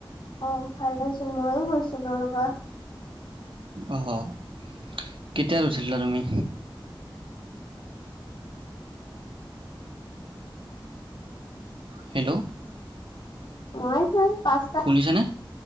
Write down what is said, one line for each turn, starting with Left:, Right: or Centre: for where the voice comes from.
Left: অ' ভাল নাছিল ময়ো গৈছিলো ৰবা।
Right: অ' কেইটাত উঠিছিলা তুমি? হেল্ল'?
Left: মই পাঁচ
Right: শুনিছেনে?